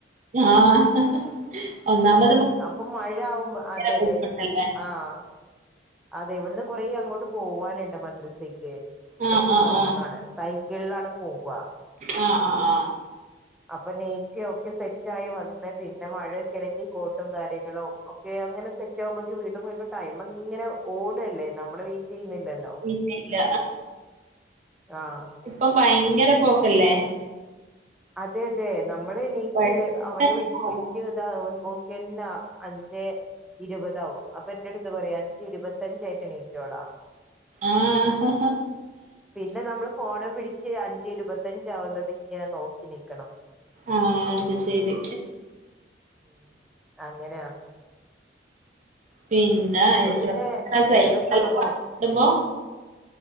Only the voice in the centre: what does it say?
അപ്പൊ മഴ ആവുമ്പോ അതെ
അതെ ആഹ് അതെ ഇവിടന്ന് കുറേ അങ്ങോട്ട് പോവാനിണ്ട് മദ്രസേ ക്ക്
കുറച്ച്
ലോങ്ങാണ്
തൈ സൈക്കിൾലാണ് പോവാ
അപ്പൊ നയിറ്റ് ഒക്കെ സെറ്റായി വന്ന പിന്നെ മഴയൊക്കെ ആണെങ്കി കോട്ടും കാര്യങ്ങളും ഒക്കെ അങ്ങനെ സെറ്റ് ആവുമ്പേക്ക് വീണ്ടും വീണ്ടും ടൈം ഇങ്ങനെ ഓട് അല്ലേ നമ്മളെ വെയിറ്റ് ചെയ്യുന്നില്ലല്ലോ
ആഹ്
അതെ അതെ നമ് നമ്മള് എണീറ്റ്
അവനെ വിളിച്ച്
വിളിച്ച് ഇതാവ് അപ്പൊക്കന്നെ അഞ്ചേ ഇരുപത് ആവും അപ്പൊ എന്റെ അടുത്ത് പറയാ അഞ്ചേ ഇരുപത്തഞ്ചായിട്ട് നീറ്റോളാം
പിന്നെ നമ്മള് ഫോണ് പിടിച്ച് അഞ്ചെ ഇരുപത്തഞ്ച് ആവുന്നത് ഇങ്ങനെ നോക്കി നിക്കണം
ഉം അങ്ങനെയാണ്
ഇപ്പൊ പിന്നെ
നേരത്തെ ഉറങ്ങും